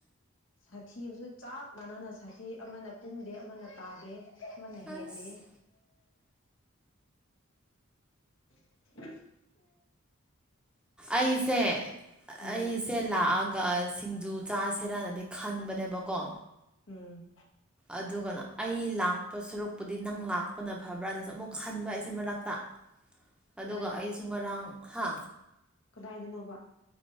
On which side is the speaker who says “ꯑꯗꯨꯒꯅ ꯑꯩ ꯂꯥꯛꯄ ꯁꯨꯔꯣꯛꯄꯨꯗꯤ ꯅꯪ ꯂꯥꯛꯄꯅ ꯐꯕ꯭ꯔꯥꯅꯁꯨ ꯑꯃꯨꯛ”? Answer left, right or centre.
Centre